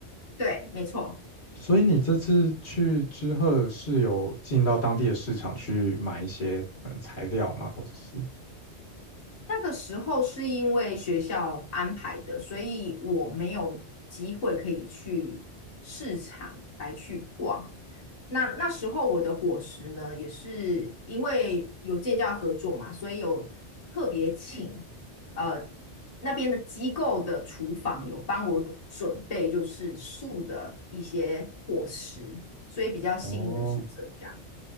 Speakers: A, on the left (about 35°); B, on the left (about 65°).
A: 对，没错。
B: 所以你这次去之后是有进到当地的市场去买一些呃材料吗？或者是
A: 那个时候是因为学校安排的，所以我没有机会可以去市场来去逛。那那时候我的伙食呢，也是因为有建教合作嘛，所以有特别请呃那边的机构的厨房有帮我准备就是素的一些伙食，所以比较幸运的是这样。
B: 哦，